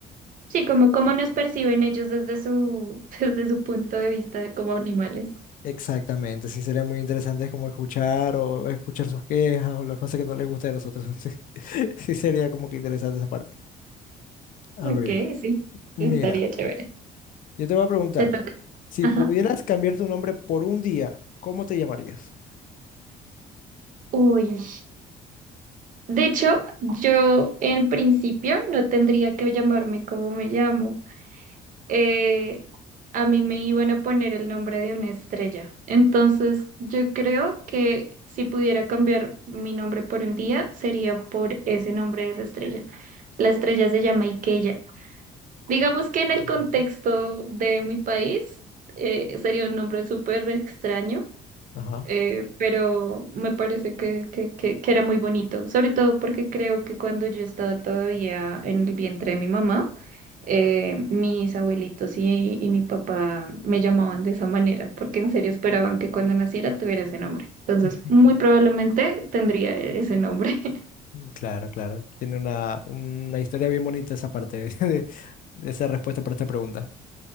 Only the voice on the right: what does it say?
Sí, como cómo nos perciben ellos desde su, <laughs> desde su punto de vista como animales.
Ok,
sí,
estaría chévere.
Te toca.
Ajá.
Uy. De hecho, yo en principio no tendría que llamarme como me llamo. Eh, a mí me iban a poner el nombre de una estrella. Entonces, yo creo que si pudiera cambiar mi nombre por un día, sería por ese nombre de esa estrella. La estrella se llama Ikella. Digamos que en el
contexto de mi país, eh, sería un nombre súper extraño
eh, pero me parece que, que, que, que era muy bonito, sobre todo porque creo que cuando yo estaba todavía en el vientre de mi mamá, eh, mis abuelitos y, y mi papá me llamaban de esa manera, porque en serio esperaban que cuando naciera tuviera ese nombre. Entonces,
muy probablemente tendría e-, ese nombre.